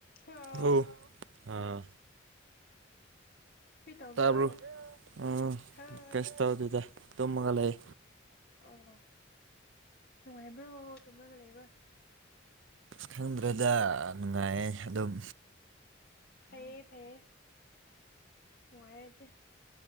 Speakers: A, on the left (about 50°); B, on the right (about 70°).
A: ꯍꯥꯎ
B: ꯍꯂꯣ ꯑꯥ
A: ꯀꯔꯤ ꯇꯧꯕ꯭ꯔꯣ
B: ꯇꯥꯕꯔꯣ ꯑ
A: ꯍꯣꯏ
B: ꯀꯩꯁꯨ ꯇꯧꯗꯦꯗꯥ ꯇꯨꯝꯃꯒꯥ ꯂꯩ
A: ꯑꯣ ꯅꯨꯡꯉꯥꯏꯕ꯭ꯔꯣ ꯇꯨꯝꯃꯒ ꯂꯩꯕ
B: ꯈꯪꯗ꯭ꯔꯦꯗ ꯅꯨꯡꯉꯥꯏꯌꯦ ꯑꯗꯨꯝ
A: ꯐꯩꯌꯦ ꯐꯩꯌꯦ ꯅꯨꯡꯉꯥꯏꯔꯗꯤ